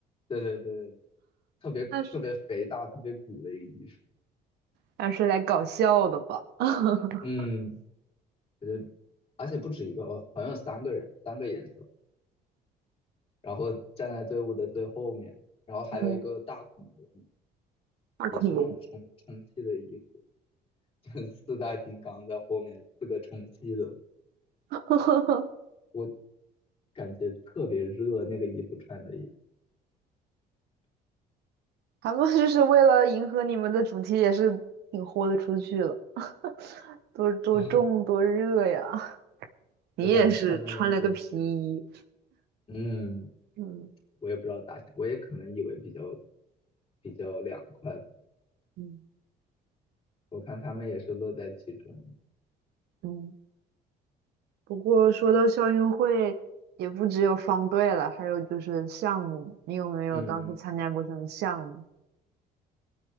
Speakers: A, on the left; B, on the right.
A: 对对对，特别特别肥大、
B: 那是
A: 特别鼓的一个衣服。
B: 那是来搞笑的吧？<laughs>
A: 嗯，我觉得而且不止一个哦，好像有三个人，三个颜色。然后站在队伍的最后面，然后还有一个大恐龙，
B: 嗯，大恐龙，
A: 也是那种充充气的衣服，<laughs> 四大金刚在后面，四个充气的，
B: <laughs>
A: 我感觉特别热，那个衣服穿的也，
B: 他们就是为了迎合你们的主题，也是挺豁得出去了，<laughs> 多多重多热呀。
A: <laughs>
B: 你也是穿了个皮衣。
A: 我感觉他们也是，嗯，
B: 嗯
A: 我也不知道咋想，我也可能以为比较比较凉快，
B: 嗯
A: 我看他们也是乐在其中，
B: 嗯，不过说到校运会，也不只有方队了，还有就是项目嘛你有没有当时参加过什么项目？
A: 嗯嗯。